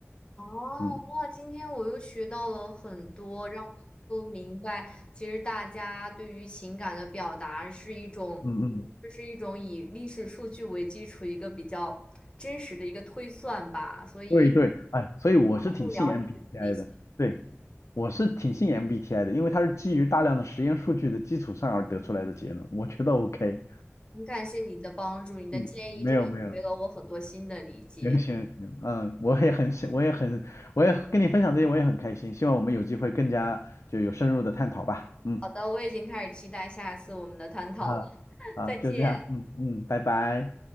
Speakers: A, on the left; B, on the left.
A: 哦，
B: 嗯
A: 哇，今天我又学到了很多，让我能够明白，其实大家对于情感的表达是一种，
B: 嗯嗯，
A: 这是一种以历史数据为基础一个比较真实的一个推算吧，所以
B: 对对，哎，所以我是挺信
A: 让我更了解自己内心。
B: MBTI 的，对，我是挺信 MBTI 的，因为它是基于大量的实验数据的基础上而得出来的结论，我觉得 OK。
A: 很感谢你的帮助，你的建议真的给了我很多新的理解。
B: 嗯，没有没有。行行行，嗯，我也很喜，我也很，我也跟你分享这些，我也很开心。希望我们有机会更加就有深入的探讨吧。嗯，
A: 好的，我已经开始期待下次我们的探讨了，
B: 啊啊，
A: <laughs> 再见。
B: 就这样，嗯嗯，拜拜。